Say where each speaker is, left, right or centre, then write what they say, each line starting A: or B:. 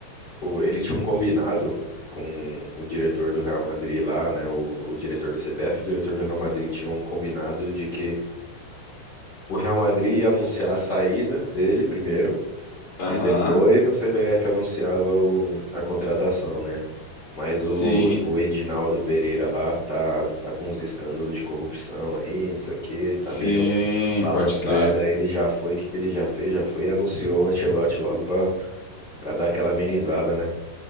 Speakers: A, on the left; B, on the left.
A: O- ele tinha um combinado com o diretor do Real Madrid lá, né? O, o diretor da CBF, o diretor do Real Madrid tinha um combinado de que o Real Madrid ia anunciar a saída dele primeiro,
B: Aham,
A: e depois a CBF anunciava o- a contratação, né? Mas
B: Sim,
A: o, o Edinaldo Pereira lá tá, tá com uns escândalos de corrupção aí, não sei o quê, tá
B: sim,
A: meio balançado.
B: pode crer.
A: Aí ele já foi, o que que ele já fez? Já foi e anunciou o Ancelotti logo pra, pra dar aquela amenizada, né?